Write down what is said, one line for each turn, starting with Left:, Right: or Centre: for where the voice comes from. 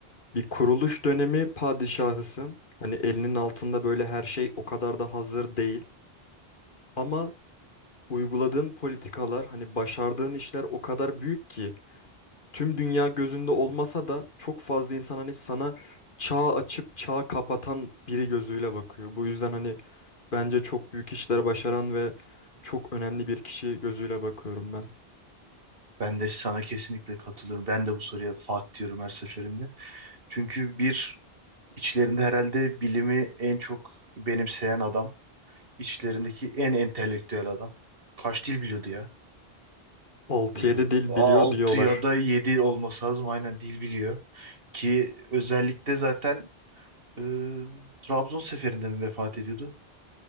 Left: Bir kuruluş dönemi padişahısın. Hani elinin altında böyle her şey o kadar da hazır değil. Ama uyguladığın politikalar, hani başardığın işler o kadar büyük ki tüm dünya gözünde olmasa da çok fazla insan hani sana çağ açıp çağ kapatan biri gözüyle bakıyor. Bu yüzden hani bence çok büyük işler başaran ve çok önemli bir kişi gözüyle bakıyorum ben.
Right: Ben de sana kesinlikle katılıyorum. Ben de bu soruya Fatih diyorum her seferinde. Çünkü bir içlerinde herhalde bilimi en çok benimseyen adam. İçlerindeki en entelektüel adam. Kaç dil biliyordu ya?
Left: Altı
Right: Ee,
Left: yedi dil
Right: 6
Left: biliyor diyorlar.
Right: ya da 7 olması lazım. Aynen dil biliyor. Ki özellikle zaten e, Trabzon seferinde mi vefat ediyordu?